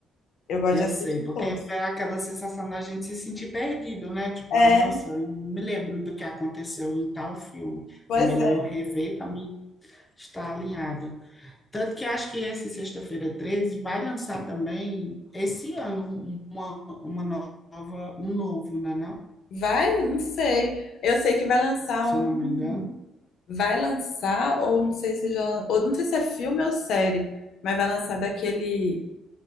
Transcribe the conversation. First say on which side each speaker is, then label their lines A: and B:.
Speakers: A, on the left; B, on the left.
A: Eu gosto
B: eu
A: de assistir
B: sei, porque
A: todos.
B: é aquela sensação da gente se sentir perdido, né? Tipo,
A: É,
B: ah, nossa, eu não me lembro do que aconteceu em tal filme.
A: pois
B: É melhor
A: é.
B: eu rever para mim estar alinhado. Tanto que acho que esse Sexta-feira 13 vai lançar também esse ano uma, uma nova, um novo, né, não?
A: Vai? Não sei. Eu sei que vai lançar
B: Se
A: um.
B: eu não me engano.
A: Vai lançar, ou não sei se já. Ou não sei se é filme ou série, mas vai lançar daquele.